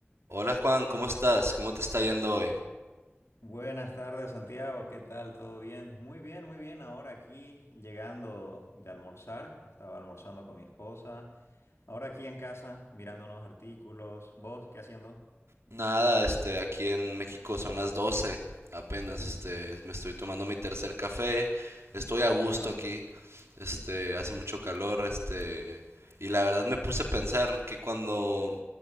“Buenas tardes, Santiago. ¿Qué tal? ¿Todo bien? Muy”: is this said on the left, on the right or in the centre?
Left